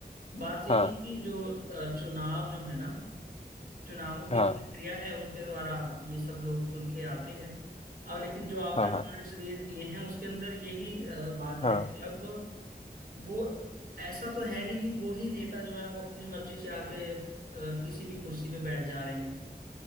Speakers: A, on the right (about 60°); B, on the left (about 40°).
A: बात यही
B: हाँ
A: कि जो अ, चुनाव जो है ना चुनावों की
B: हाँ
A: प्रक्रिया है उनके द्वारा ये सब लोग चुन के आते हैं अब लेकिन जो आपने
B: हाँ हाँ
A: पॉइंट्स रेज किए हैं उसके अंदर यही अ, बात
B: हाँ
A: है कि अब वो ऐसा तो है नहीं कि वो ही नेता जो है वो अपनी मर्जी से आके अ, किसी भी कुर्सी पे बैठ जा रहे हैं